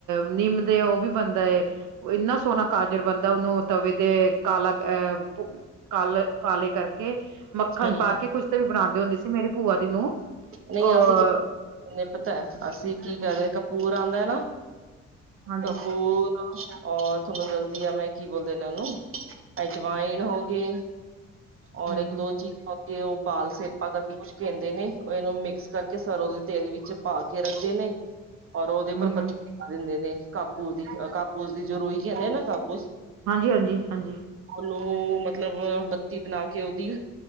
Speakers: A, on the right; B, on the right.
A: ਨੀਮਦੇ ਉਹ ਵੀ ਬਨਦਾਏ, ਓ ਇਨਾ ਸੋਹਣਾ ਕਾਜਰ ਬੰਨਦਾ ਉਹਨੂੰ ਤਵੇ ਤੇ ਕਾਲਾ ਅਹ ਕਾਲੇ ਕਾਲੇ ਕਰਕੇ ਮੱਖਣ
B: ਹੂੰ
A: ਪਾ ਕੇ ਕੁਛ ਤੇ ਵੀ ਬਣਾਉਂਦੇ ਹੁੰਦੀ ਸੀ ਮੇਰੀ ਭੂਆ ਦੀ ਨੂੰਹ
B: ਨਹੀਂ
A: ਅ
B: ਅਸੀਂ ਪਤਾ ਅਸੀਂ ਕੀ ਕਰ ਰਹੇ ਕਪੂਰ ਆਉਂਦਾ
A: ਹਾਂਜੀ
B: ਕਪੂਰ ਹਾਂ ਓ ਤੁਹਾਨੂੰ ਦੱਸਦੀ ਆ ਮੈਂ ਕੀ ਬੋਲਦੇ ਨੂੰ ਅਜਵਾਇਨ ਹੋ ਗਇ ਔਰ
A: ਹਮ
B: ਇੱਕ
A: ਹਮ
B: ਦੋ ਚੀਜ਼ਾਂ <unintelligible> ਦੇ ਨੇ ਇਹਨੂੰ ਮਿਕਸ ਕਰਕੇ ਸਰੋਂ ਦੇ ਤੇਲ ਵਿੱਚ ਪਾ ਕੇ ਰੱਖਦੇ ਨੇ ਔਰ ਉਹਦੇ ਉੱਪਰ
A: ਹਮ
B: ਬਤ
A: ਹਮ
B: ਪਾ ਦਿੰਦੇ ਨੇ ਕਾਪੂਜ਼ ਦੀ ਕਾਪੂਜ਼ ਦੀ ਜੋ ਰੁਈ ਕਹਿੰਦੇ ਨੇ ਨਾ ਕਾਪੂਸ
A: ਹਾਂਜੀ ਹਾਂਜੀ ਹਾਂਜੀ
B: ਉਹ ਮਤਲਬ ਬੱਤੀ ਬਣਾ ਕੇ ਉਹਦੀ